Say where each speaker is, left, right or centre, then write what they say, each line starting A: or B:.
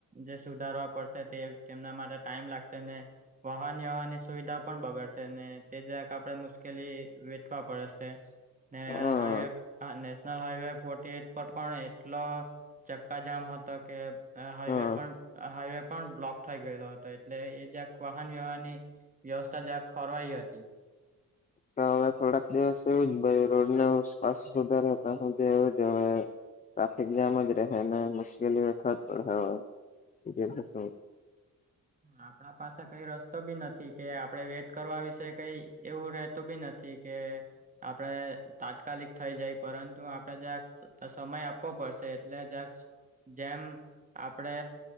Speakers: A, on the right (about 25°); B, on the left (about 25°).
A: જે સુધારવા પડશે તે કે એમના મારે ટાઈમ લાગશે ને વાહન વ્યવહનની સુવિધા પણ બગડ છે તે જાયક આપડે મુશ્કેલી વેઠવા પડેશે ને
B: હા
A: હાઈવેને ફોર્ એટ પર પણ એટલો ચક્કાજામ હતો કે હાઈવે
B: હા
A: પણ હાઈવે પણ બ્લોક થાઈ ગયેલો હતો એટલે એ જ્યાંક વાહન વ્યવહાર ની વ્યવસ્થા જ્યાં ખોવાઈ હતી
B: હવે થોડાક દિવસ એવું જ રોડનેપસ વધારે હતાધી એવું જ હવે ટ્રાફિક જામ જ રહે ને મુશ્કેલી વખત પડે હોય
A: આપડા પાસે કઈ રસ્તો બી નથી કે આપડે વેટ કરવા વિશે કઈ એવું રતું બી નથી કે આપડે તાત્કાલિક થઈ જાય પરંતુ આપણે જ્યાક સમય આપવો પડશે એટલે જ્યાક જેમ આપડે